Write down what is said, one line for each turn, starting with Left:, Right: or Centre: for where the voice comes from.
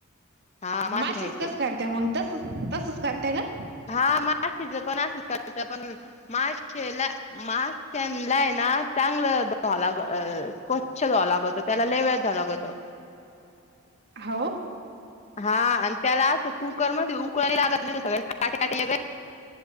Left: हा मासे
Right: मासेच
Left: खायचे
Right: कसं कराय त्यामुळं तसचं तसचं करताय का.
Left: हा मासेच पण असंच करतात. पण मासे ला मा त्यांना यना चांगलं धुवावं लागलं, स्वच्छ धुवाव लागत त्याला लय वेळ धुवा लागतं.
Right: हो.
Left: हा, आणि त्याला असं कुकर मध्ये उकळून लागत नाही सगळ काटे काटे लगेज.